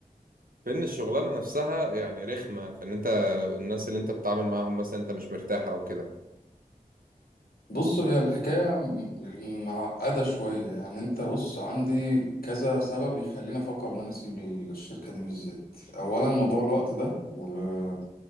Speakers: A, on the right; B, on the left.
A: في ان الشغلانه نفسها يعني رخمه في ان انت الناس اللي انت بتتعامل معاهم مثلا انت مش مرتاح او كده
B: بص هي الحكاية م- معقدة شوية يعني انت بص عندي كذا سبب يخليني افكر ان انا اسيب الشركة دي بالذات اولا موضوع الوقت ده وال-